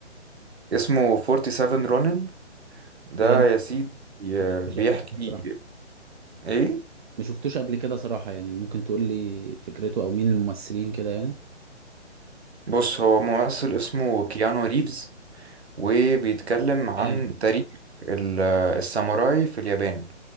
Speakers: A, on the right; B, on the right.
A: اسمه 47 رونن ده
B: أوكي، ما
A: يا سيدي آه،
B: شفتوش
A: بيحكي
B: قبل كده صراحه
A: آه، إيه؟
B: ما شفتوش قبل كده صراحه يعني ممكن تقول لي فكرته او مين الممثلين كده يعني
A: بص هو ممثل اسمه كيانو ريفز وبيتكلم عن
B: آه،
A: تاريخ ال- الساموراي في اليابان